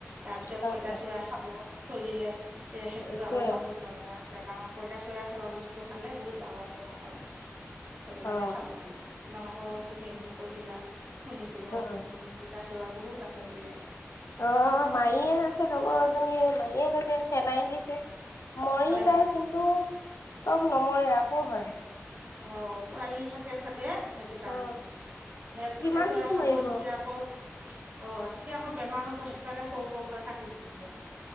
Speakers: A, on the right (about 35°); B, on the left (about 80°).
A: তাৰপিছত
B: হয়তো
A: পইতা চোৰাই খাব থৈ দিলে তেতিয়া সেইটোত
B: এইটোৱে
A: আৰু খাব নোৱাৰিবা এতিয়া পইতা চোৰাই খোৱা বস্তু খালে বহুত ডাঙৰ বেমাৰ হয় বোলে সেইটো কাৰণে
B: অ
A: খাব নালগে তোমালোকৰ তুমি এদিন কৈছিলা শুনিছিলো
B: উম
A: পইতা চোৰা বহুত আছে বোলে
B: অ মায়ীয়ে আছে লগৰ এজনীয়ে মায়ীয়ে থাকে ফেনাইল দিছে মৰি
A: হয় নেকি
B: যায় কিন্তু চব নমৰে আকৌ হয়
A: অ পোৱালি থাকে চাগে সেইটো কাৰণে
B: অ
A: সেই পইতাচোৰাই
B: কিমান
A: খাব
B: মাৰিব
A: তেতিয়া আকৌ অ তেতিয়া আকৌ বেমাৰ হ'ব সেইটো কাৰণে সৰু সৰুকে কাটি দিলে